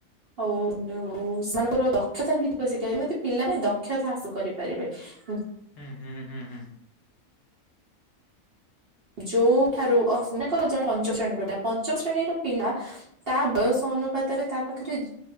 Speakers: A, on the right; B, on the left.
A: ହୋଉ ସେମାନଙ୍କର ଦକ୍ଷତା ଭିତିକ <unintelligible> ଶିଖାଏ ଏମିତି ପିଲା ନାଇଁତ କ୍ଷତା ଆସୁ କରିପାରିବେ। ଉୁଁ
B: ହୁଁ ହୁଁ ହୁଁ ହୁଁ।
A: ଯୋଉଠାରୁ ଅ ସେମାଙ୍କର ଜଣେ ପଞ୍ଚମ ଶ୍ରେଣୀର ଲା ପଞ୍ଚମ ଶ୍ରେଣୀର ପିଲା। ତା ବୟସ ଅନୁପାତରେ ତା ପାଖରେ ଯ